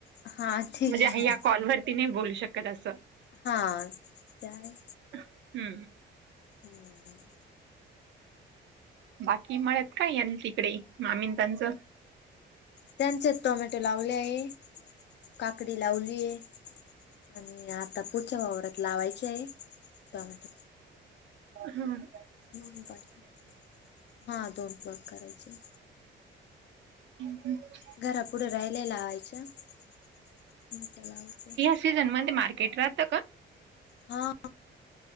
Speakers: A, on the left; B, on the right.
A: हा हा ठीक
B: म्हणजे
A: आहे
B: या कॉलवर ती नाही बोलू शकत असं.
A: हा ते आहे.
B: हम्म.
A: हम्म.
B: बाकी मळयात काय आहे यांच्या तिकडे मामीन त्यांचं.
A: त्यांच्यात टोमॅटो लावले आहे काकडी लावली आहे. आणि आता पुढच्या वावरात लावायच आहे टोमॅटो.
B: हम्म.
A: हा. बाकी हां दोन प्लॉट करायचे.
B: हमं. हमं.
A: घरापुढं राहिले लावायचं आणि आता लावायचं.
B: <unintelligible> ते मार्केट राहतं का?
A: हा.